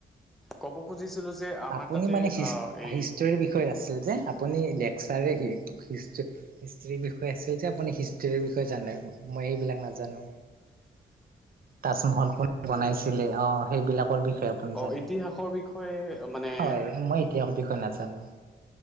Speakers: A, in the centre; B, on the right.
A: ক'ব খুজিছিলো যে আমাৰ
B: আপুনি
A: তাতে
B: মানে হি
A: আহ, এই
B: হিষ্টৰীৰ বিষয়ে আছিল যে আপুনি লেকচাৰ নে কি হিষ্ট্ৰী হিষ্ট্ৰীৰ বিষয়ে আছিল যে আপুনি হিষ্ট্ৰীৰ বিষয়ে জানে মই সেইবিলাক নাজানো
A: <unintelligible>
B: তাজমহল কোনে বনাইছিলে অ সেইবিলাকৰ বিষয়ে আপুনি
A: অ
B: জানে
A: ইতিহাসৰ বিষয়ে মানে
B: হয় মই ইতিহাস বিষয়ে নাজানো